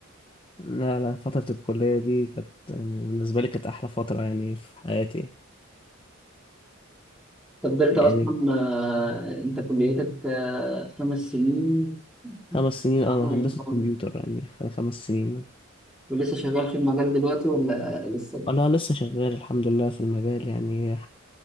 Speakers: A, on the left; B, in the centre.
A: لا لا فترة الكلية دي كانت يعني بالنسبة لي كانت أحلى فترة يعني في حياتي
B: أنت فضلت
A: يعني
B: أصلا آه، أنت كليتك آه، خمس سنين
A: خمس سنين أنا
B: أهو أهو.
A: هندسة كمبيوتر يعني خ- خمس سنين
B: ولسه شغال في المجال دلوقتي ولا لسه
A: أنا لسه شغال الحمد لله في المجال يعني